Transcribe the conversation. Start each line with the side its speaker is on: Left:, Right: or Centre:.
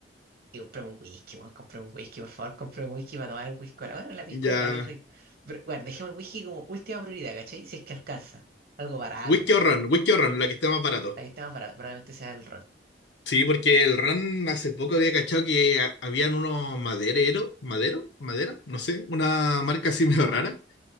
Right: y compramos un whisky, bueno compramos un whisky, por favor, compramos un whisky para tomar un whisky. Bueno, la piscola
Left: ya.
Right: igual es rica. Pero bueno, dejemos el whisky como última prioridad, ¿cachai? Si es que alcanza. Algo barato,
Left: Whisky
Right: bueno
Left: o ron, whisky o ron, la que esté más barato.
Right: La que esté más barata, probablemente sea el ron.
Left: Sí, porque el ron hace poco había cachado que ha- habían unos madereros, madero, madera, no sé, una marca así <laughs> medio rara.